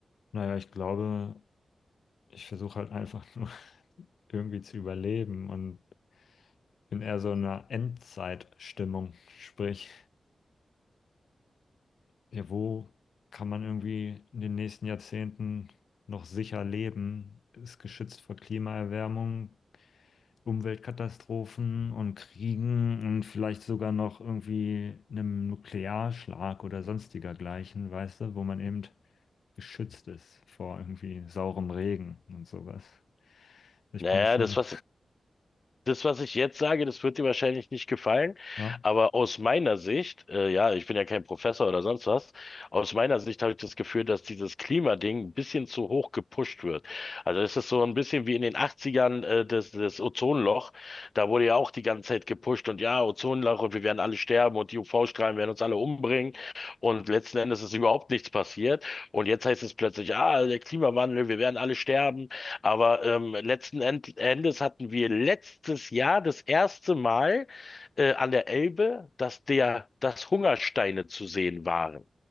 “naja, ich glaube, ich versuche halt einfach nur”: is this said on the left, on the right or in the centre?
Left